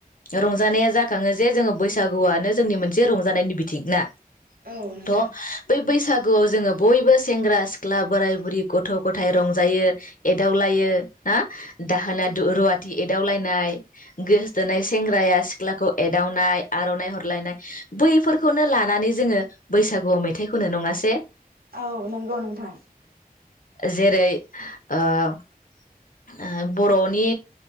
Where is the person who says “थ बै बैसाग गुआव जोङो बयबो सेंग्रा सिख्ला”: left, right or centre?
Left